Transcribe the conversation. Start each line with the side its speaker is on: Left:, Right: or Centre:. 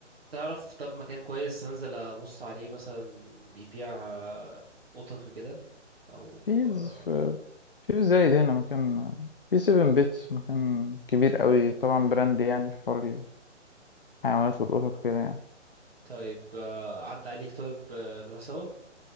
Right: تعرف طب مكان كويس انزل ابص عليه مثلا بيبيع آه، قطط وكده او
Left: في
Right: آه،
Left: في في زايد هنا مكان في سيفن بيتس مكان كبير قوي طبعا براند يعني في حوار الحيوانات والقطط وكده يعني
Right: طيب آه، عدى عليك طيب آه، نروح سوا